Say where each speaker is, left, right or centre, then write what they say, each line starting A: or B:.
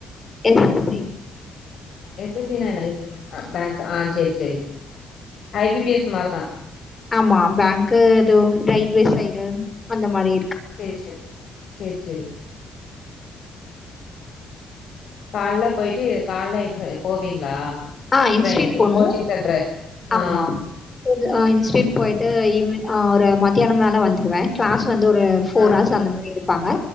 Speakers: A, on the left; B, on the left.
A: எஸ்எஸ்சி
B: எஸ்எஸ்சி னா என்னக சார் பேங்க் ஆ சேரி சேரி ஐ பி பி எஸ் மாரிதா
A: ஆமா பேங்க் எதுவும் ரயில்வே சைடு அந்த மாரி இருக்கு
B: சேரி சேரி சேரி சேரி கால்ல போயிட்டு கால எ போவீங்களா
A: ஆஹ் இன்ஸ்ட்
B: ட்ரை
A: போனோ
B: கோச்சிங் சென்ட்ரு ஆ
A: ஆமா அஹ இன்ஸ்ட் போயிட்டு ஈவ் ஒரு மத்தியான மேல வந்துருவேன் கிளாஸ் வந்து ஒரு ஃபோர்
B: ஆ
A: ஆர்ஸ் அந்த மாரி இருக்கு இருப்பாங்க